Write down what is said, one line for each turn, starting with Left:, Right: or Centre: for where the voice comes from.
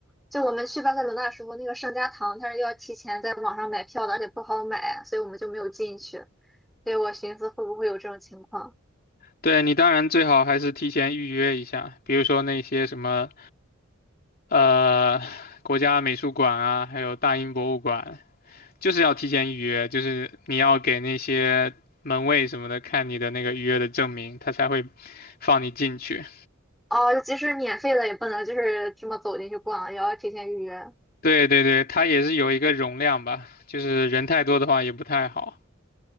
Centre: 就我们去巴塞罗那的时候，那个圣家堂它是要提前在网上买票的，而且不好买，所以我们就没有进去。所以我寻思会不会有这种情况？
Left: 对你当然最好还是提前预约一下，比如说那些什么呃国家美术馆啊，还有大英博物馆。就是要提前预约，就是你要给那些门卫什么的看你的那个预约的证明，他才会放你进去。
Centre: 哦，就即使免费了也不能就是这么走进去逛，也要提前预约。
Left: 对对对，他也是有一个容量吧，就是人太多的话也不太好。